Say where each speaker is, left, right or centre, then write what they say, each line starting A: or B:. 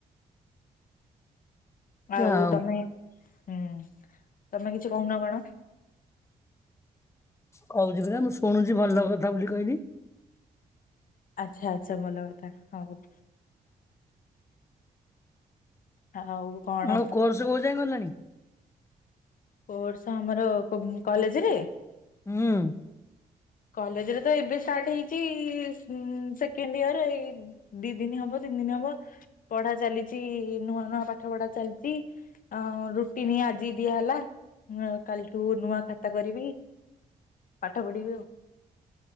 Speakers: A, on the left; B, on the left.
A: ଆଉ
B: ଯା ହଉ
A: ତମେ ହୁଁ ତମେ କିଛି କହୁନ କଣ?
B: କଉଚି ପରା ମୁଁ ଶୁଣୁଚି ଭଲ କଥା ବୋଲି କହିଲି।
A: ଆଛା ଆଛା ଭଲ କଥା ହଉ। ଆଉ କଣ
B: ଆଉ କୋର୍ସ କୋଉ ଯାଏଁ ଗଲାଣି?
A: କୋର୍ସ ଆମର କୋ କଲେଜରେ?
B: ହୁଁ।
A: କଲେଜରେ ତ ଏବେ ଷ୍ଟାର୍ଟ ହେଇଚି ଉଁ ସେକେଣ୍ଡ ଇୟର ଏଇ ଦି ଦିନ ହବ ତିନି ଦିନ ହବ ପଢ଼ା ଚାଲିଚି ଇ ନୂଆ ନୂଆ ପାଠ ପଢ଼ା ଚାଲଚି। ଅଁ ରୁଟିନି ଆଜ୍ ଦିଆ ହେଲା। ନୂଆ କାଲିଠୁ ନୂଆ ଖାତା କରିବି ପାଠ ପଢିବି ଆଉ।